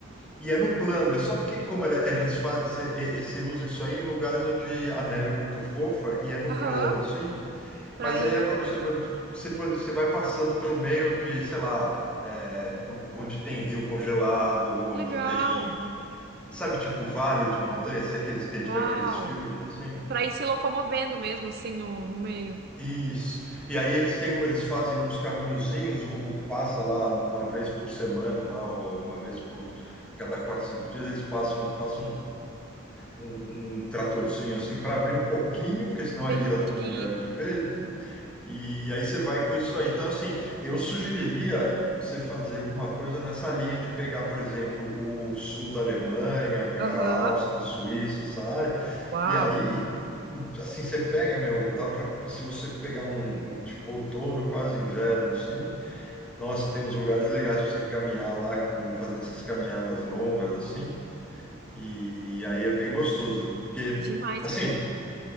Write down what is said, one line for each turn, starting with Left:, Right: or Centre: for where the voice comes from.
Centre: E é no plano. É só porque, como ele- é, eles fazem. Você, e- e você usa isso aí em lugares onde a neve é muito fofa e é no
Right: aham,
Centre: plano, assim.
Right: pra
Centre: Mas
Right: ir.
Centre: aí é para você. pra- Você, pode- você vai passando pelo meio de, sei lá. é, por- onde tem rio congelado, onde
Right: Legal.
Centre: tem Sabe, tipo vale de montanha, se é aqueles que a gente
Right: Uau.
Centre: vê aqueles filmes assim?
Right: Pra ir se locomovendo mesmo, assim, no, no meio.
Centre: Isso. E aí eles têm, um- eles fazem uns caminhozinhos, o, o passa lá uma vez por semana, lá, ou uma vez por cada quatro, cinco dias, eles passam, passam um, um, um tratorzinho assim para abrir um pouquinho, porque senão aí
Right: Entendi.
Centre: vira tudo neve de vez, né? E aí você vai com isso aí. Então, assim, eu sugeriria você fazer alguma coisa nessa linha de pegar, por exemplo, o sul da Alemanha, pegar
Right: Aham.
Centre: a Áustria, Suíça, essa área.
Right: Uau.
Centre: E aí, assim, você pega, meu, dá para, se você pegar um, um tipo, outono, quase inverno, assim, nossa, tem uns lugares legais para você caminhar lá, com- fazer essas caminhadas longas, assim. E aí é bem gostoso, viu? Porque,
Right: Demais.
Centre: assim,